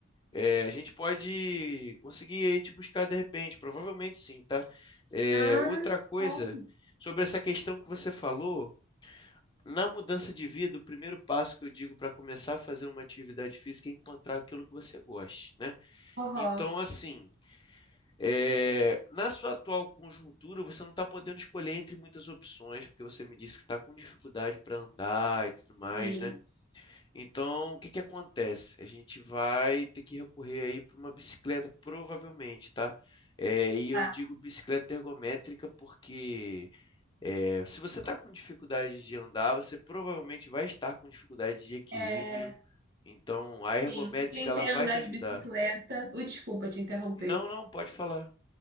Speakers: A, on the left; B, on the right.
A: É, a gente pode conseguir aí te buscar de repente, provavelmente sim, tá? É,
B: Ah,
A: outra coisa,
B: bom.
A: sobre essa questão que você falou, na mudança de vida, o primeiro passo que eu digo para começar a fazer uma atividade física é encontrar aquilo que você goste, né?
B: Aham.
A: Então, assim, é, na sua atual conjuntura, você não está podendo escolher entre muitas opções, porque você me disse que está com dificuldade para andar e tudo mais,
B: Sim,
A: né? Então, o que que acontece? A gente vai ter que recorrer aí para uma bicicleta, provavelmente, tá? É, e eu
B: tá.
A: digo bicicleta ergométrica porque é, se você está com dificuldade de andar, você provavelmente vai estar com dificuldade de equilíbrio.
B: É,
A: Então, a ergométrica
B: sim, eu tentei
A: ela vai
B: andar
A: te ajudar.
B: de bicicleta. Uh, desculpa te interromper.
A: Não, não, pode falar.